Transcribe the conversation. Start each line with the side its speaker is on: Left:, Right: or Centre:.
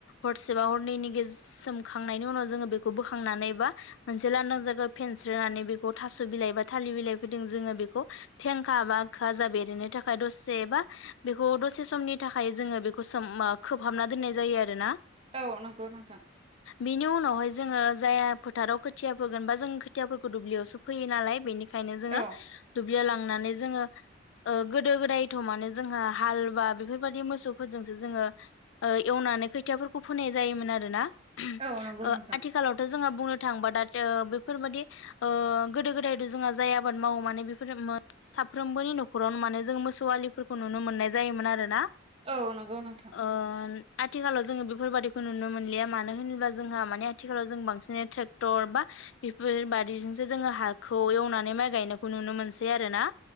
Left: हरसेबा हरनैनि गे सोमखांनायनि उनाव जोङो बेखौ बोखांनानै बा मोनसे लांदां जायगा फेनस्रोनानै बेखौ थास' बिलाइ बा थालिर बिलाइ फैदों जोङो बेखौ फेंखा बा खोजा बेरनो थाखाय दसेबा बेखौ दसे समनि थाखाय जोङो बेखौ सोम खोबहाबना दोननाय जायो आरो ना ।
Right: औ नंगौ नोंथां
Left: बिनि उनावहाय जोङो जाया फोथाराव खोथिया फोगोन बा जों खुथियाफोरखौ दुब्लियावसो फैयो नालाय बेनिखायनो जोङो
Right: औ
Left: दुब्लियाव लांनानै जोङो ओ गोदो गोदायथमानो जोंहा हाल बा बेफोरबायदि मोसौ फोरजोंसो जोङो ओ एवनानै खोथियाफोरखौ फोनाय जायोमोन आरोना आथिखाल
Right: औ नंगौ नोंथां
Left: आथिखालावथ' जोंहा बुंनो थाङोबा दाथ बेफोरबादि ओ गोदो गोदायथ' जोंहा जाय आबाद मावो माने बेफोर साफ्रोमबोनि न'खरावनो माने जों मोसौ हालिफोरखौ नुनो मोननाय जायोमोन आरो ना
Right: औ नंगौ नोंथां
Left: । ओ आथिखालाव जोङो बेफोरबादिखौ नुनो मोनलिया मानो होनोब्ला जोंहा माने आथिखालाव जों बांसिनै ट्रेक्टर बा बेफोर बादिजोंसो जोङो हाखौ एवनानै माइ गायनायखौ नुनो मोनसै आरो ना